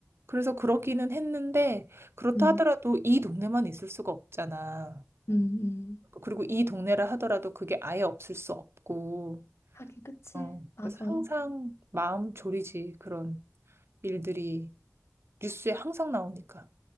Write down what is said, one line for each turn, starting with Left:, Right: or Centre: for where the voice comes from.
Right: 그래서 그러기는 했는데 그렇다
Left: 음,
Right: 하더라도 이 동네만 있을 수가 없잖아.
Left: 음, 음.
Right: 그리고 이 동네라 하더라도 그게 아예 없을 수 없고.
Left: 하긴, 그치.
Right: 어,
Left: 맞아.
Right: 그래서 항상 마음 졸이지 그런 일들이 뉴스에 항상 나오니까.